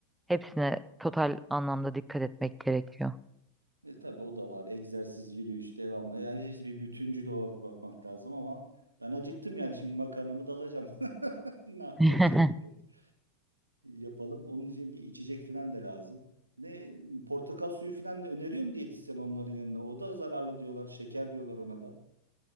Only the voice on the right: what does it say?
E, tabii o da var. Egzersiz, yürüyüş devamlı. Yani hepsi bir bütüncül olarak bakmak lazım ama ben acıktım yani şimdi makarnamı da alacağım. <laughs> Ne yapacak?
bir şey yok. Yapalım. Onun için bir içecek falan da lazım. Ne portakal suyu falan öneriyor mu diyetisyen onların yanında? O da zararlı diyorlar. Şeker diyorlar ona da.